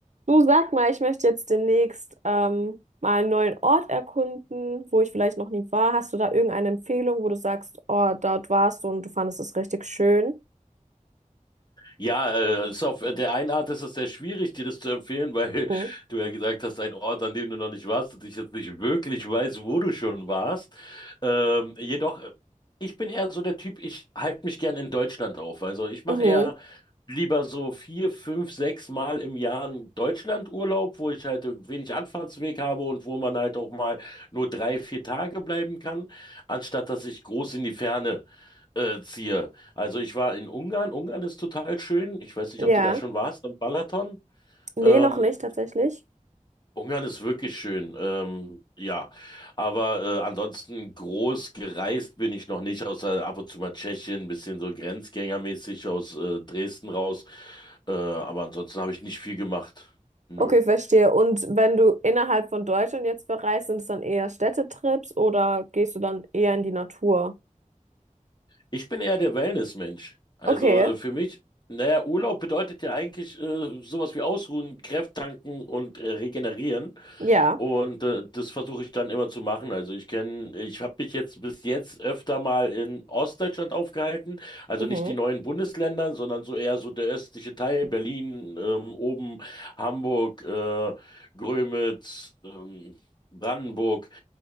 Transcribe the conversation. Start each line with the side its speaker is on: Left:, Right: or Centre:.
Right: Du sag mal, ich möchte jetzt demnächst ähm, mal einen neuen Ort erkunden, wo ich vielleicht noch nie war. Hast du da irgendeine Empfehlung, wo du sagst, oh, dort warst du und du fandest es richtig schön?
Left: Ja, äh, ist auf äh, der einen Art ist es sehr schwierig, dir das zu empfehlen, <laughs> weil
Right: Mhm.
Left: du ja gesagt hast, ein Ort, an dem du noch nicht warst und ich jetzt nicht wirklich weiß, wo du schon warst. Ähm, jedoch, äh, ich bin eher so der Typ, ich halte mich gern in Deutschland auf. Also ich mache
Right: Mhm.
Left: eher lieber so vier, fünf, sechs Mal im Jahr einen Deutschlandurlaub, wo ich halt wenig Anfahrtsweg habe und wo man halt auch mal nur drei, vier Tage bleiben kann, anstatt dass ich groß in die Ferne äh, ziehe. Also ich war in Ungarn. Ungarn ist total schön. Ich weiß nicht, ob
Right: Ja.
Left: du da schon warst, am Balaton.
Right: Nee,
Left: Ähm,
Right: noch nicht tatsächlich.
Left: Ungarn ist wirklich schön. Ähm, ja, aber äh, ansonsten groß gereist bin ich noch nicht, außer ab und zu mal Tschechien, ein bisschen so grenzgängermäßig aus äh, Dresden raus. Äh, aber ansonsten habe ich nicht viel gemacht. Nö.
Right: Okay, verstehe. Und wenn du innerhalb von Deutschland jetzt bereist, sind es dann eher Städtetrips oder gehst du dann eher in die Natur?
Left: Ich bin eher der Wellness-Mensch. Also
Right: Okay.
Left: äh, für mich, naja, Urlaub bedeutet ja eigentlich äh, sowas wie ausruhen, Kräft tanken und äh, regenerieren.
Right: Ja.
Left: Und äh, das versuche ich dann immer zu machen. Also ich kenne, ich habe mich jetzt bis jetzt öfter mal in Ostdeutschland aufgehalten. Also
Right: Mhm.
Left: nicht die neuen Bundesländer, sondern so eher so der östliche Teil, Berlin, ähm, oben Hamburg, äh, Grömitz, ähm, Brandenburg,